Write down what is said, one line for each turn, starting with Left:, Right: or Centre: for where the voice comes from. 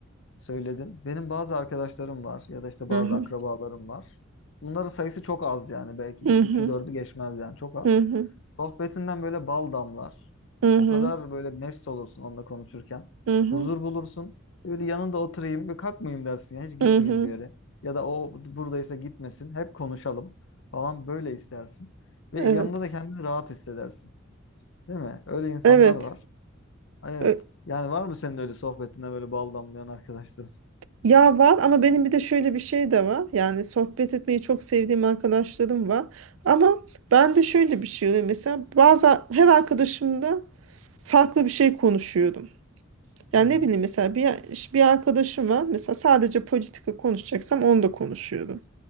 Left: söyledin. Benim bazı arkadaşlarım var ya da işte bazı
Right: Hı hı.
Left: akrabalarım var. Bunların sayısı çok az yani. Belki
Right: Hı
Left: bu
Right: hı.
Left: üçü dördü geçmez yani çok az.
Right: Hı hı.
Left: Sohbetinden böyle bal damlar.
Right: Hı
Left: O
Right: hı.
Left: kadar böyle mest olursun onunla konuşurken.
Right: Hı hı.
Left: Huzur bulursun. Böyle yanında oturayım, bir kalkmayayım dersin. Yani hiç gitmeyeyim
Right: Hı hı.
Left: bir yere. Ya da o buradaysa gitmesin. Hep konuşalım falan böyle istersin. Ve
Right: Evet.
Left: yanında da kendini rahat hissedersin. Değil mi? Öyle insanlar
Right: Evet.
Left: var. Evet.
Right: Ö-
Left: Yani var mı senin öyle sohbetine böyle bal damlayan arkadaşların?
Right: Ya var ama benim bir de şöyle bir şey de var. Yani sohbet etmeyi çok sevdiğim arkadaşlarım var. Ama ben de şöyle bir şey oluyor. Mesela bazı her arkadaşımla farklı bir şey konuşuyorum. Yani
Left: Hı hı.
Right: ne bileyim mesela bir, bir arkadaşım var. Mesela sadece politika konuşacaksam onu da konuşuyorum.